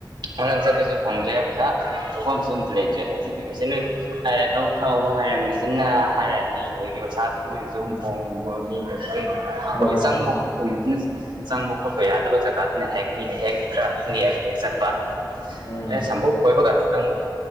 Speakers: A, on the right; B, on the left.
A: ꯈꯨꯂꯪ ꯆꯠꯄꯁꯨ ꯐꯪꯗ꯭ꯔꯦ ꯄꯩꯁꯥ ꯊꯣꯛꯐꯝꯁꯨ ꯑꯝ ꯂꯩꯇ꯭ꯔꯦ ꯍꯧꯖꯤꯛꯀꯤꯤ <unintelligible> ꯍꯥꯏꯔ ꯂꯧ ꯈꯥꯎꯕ ꯍꯥꯏꯔꯃꯦ ꯆꯟꯅ ꯍꯥꯏꯔꯛꯑꯅꯤ ꯑꯗꯨ ꯏꯁꯩꯥꯁꯨ ꯃꯣꯏꯅꯁꯨ
B: ꯎꯝ
A: ꯑꯗꯨꯝ ꯍꯣꯡꯅꯤꯡꯕ ꯃꯤꯗꯗꯩꯗꯤ ꯍꯣꯏ
B: ꯃꯥ
A: ꯆꯪꯕ ꯈꯣꯠꯄ ꯆꯪꯕ ꯈꯣꯠꯄ ꯌꯥꯗꯕ ꯖꯒꯥꯗꯨꯅ ꯍꯦꯛ ꯃꯤꯅ ꯍꯦꯛ ꯈꯔ ꯅꯦꯛꯑꯒ ꯍꯦꯛ ꯆꯠꯄ
B: ꯎꯝ
A: ꯑꯦ ꯁꯝꯝꯕꯨ ꯈꯣꯏꯕ ꯀꯥꯟꯁꯤ ꯑꯗꯨꯝ